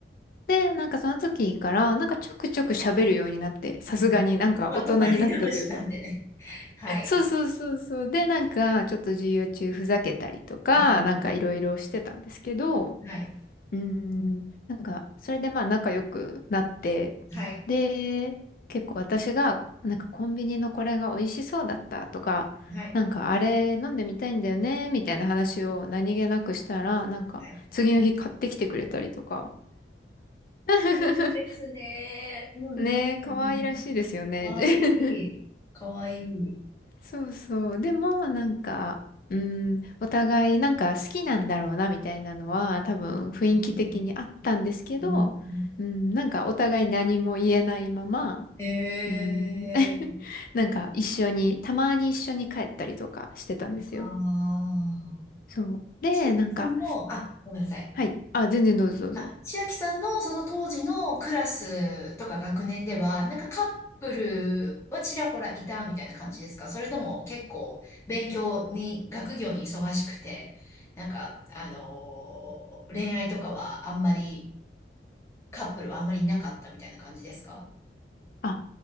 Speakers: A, on the left; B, on the left.
A: で、なんかその時からなんかちょくちょく喋るようになって、さすがになんか大人になったというか。
B: うん。まあ、隣同士なんでね。<laughs> はい。
A: <laughs> そうそうそうそう。で、なんかちょっと授業中ふざけたりとか、
B: はい。
A: なんかいろいろしてたんですけど、う
B: はい。
A: ーん、なんか、それでまあ仲良くなって、
B: はい。
A: で、結構私が、なんかコンビニのこれが美味しそうだったとか、
B: はい。
A: なんかあれ飲んでみたいんだよね、みたいな話を何気なくしたら、なんか次の日買ってきてくれたりとか。
B: はい。
A: <laughs>
B: いいですね。うんうんうん。
A: ねえ、可愛らしいですよね。
B: かわいい。
A: <laughs>
B: かわいい。
A: そうそう。でも、なんか、うん、お互いなんか好きなんだろうな、みたいなのは、多分雰囲気的にあったんですけど、
B: うんうん
A: うん、なんかお互い何も言えないまま、
B: えー。
A: うん、<laughs> なんか一緒に、たまに一緒に帰ったりとかしてたんですよ。
B: ああ。
A: そう。で、
B: ちいちゃんも、
A: なんか、
B: あ、ごめんなさい。
A: はい。あ、全然どうぞどうぞ。
B: あ、千秋さんのその当時のクラスとか学年では、なんかカップルはちらほらいたみたいな感じですかそれとも結構勉強に、学業に忙しくて、なんか、あのー恋愛とかはあんまり、カップルはあんまりいなかったみたいな感じですか
A: あ、